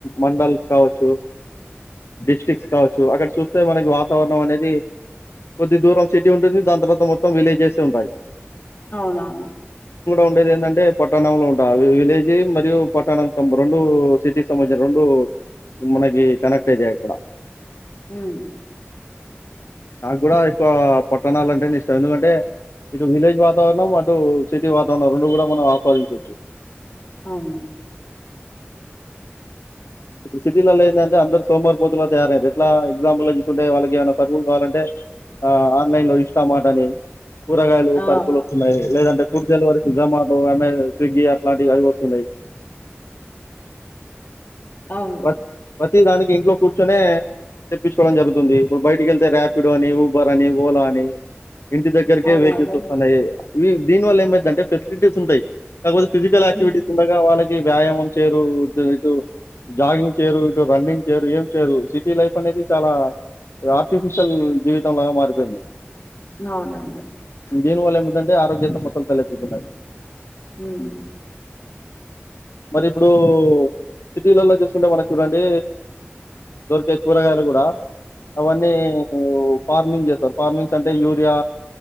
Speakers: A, on the left (about 80°); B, on the left (about 45°).
A: మండల్స్ కావచ్చు డిస్టి్రిక్ట్స్ కావచ్చు అక్కడ చూస్తే మనకి వాతావరణం అనేది కొద్ది దూరం సిటీ ఉంటుంది దాని తర్వాత మొత్తం విలేజెస్ ఉంటాయి
B: అవునవును
A: ఉండేది ఏంటంటే పట్టాణంలో ఉంట విలేజ్ మరియు పట్టాణం రెండు సిటీ సంబంధించిన రెండు మనకి కనెక్ట్ తేజ ఎక్కడ
B: హుమ్
A: నాకు కూడా ఎక్కువ పట్టణాలు అంటే ఇష్టం ఎందుకంటే ఇటు విలేజ్ వాతావరణం అటు సిటీ వాతావరణం రెండు కూడా మనం ఆస్వాదించవచ్చు
B: అవును
A: ఇప్పుడు సిటీలలో ఏంటంటే అందరూ సోమరిపోతులుగా తయారయ్యారు. ఎట్లా అంటే, ఒక ఎగ్జాంపుల్ తీసుకుంటే వాళ్ళకి ఏమైనా సర్వీసులు కావాలంటే ఆన్‌లైన్‌లో ఆర్డర్ పెట్టడమే ఇష్టం అన్నమాట కూరగాయలు,
B: ఆ
A: సరుకులు వస్తున్నాయి, లేదంటే ఫుడ్ డెలివరీకి జొమాటో, అమెజాన్ స్విగ్గీ అట్లాంటివి అవి వస్తున్నాయి
B: అవును
A: పతి పతి దానికి ఇంట్లో కూర్చొనినే తెప్పించుకోవడం జరుగుతుంది ఇప్పుడు బయటికి వెళ్తే ర్యాపిడో అని ఊబర్ అని ఓలా అని ఇంటి దగ్గరకే
B: అవునండి
A: వెహికల్స్ వస్తున్నాయి దీని వల్ల ఏమైందంటే ఫెసిలిటీస్ ఉంటాయి కాకపోతే ఫజికల్ యాక్టివిటీస్
B: ఉమ్
A: ఉండగా వాళ్ళకి వ్యాయామం చరువు ఇ జాగింగ్ చేయరు ఇటు రన్నింగ్ చేయరు ఏం చేయరు సిటీ లైఫ్ అనేది చాలా ఆర్టిఫిషియల్ జీవితం లాగా మారిపోయింది
B: అవునండి
A: దీనివల్ల ఏమైందంటే ఆరోగ్య సమస్యలు తలెత్తుతున్నాయి
B: ఉమ్
A: మరి ఇప్పుడు... సిటీలలో చూసుకుంటే మనకి చూడండి దొరికే కూరగాయలు కూడా అవన్నీ ఫార్మింగ్ చేస్తారు ఫార్మింగ్స్ అంటే యూరియా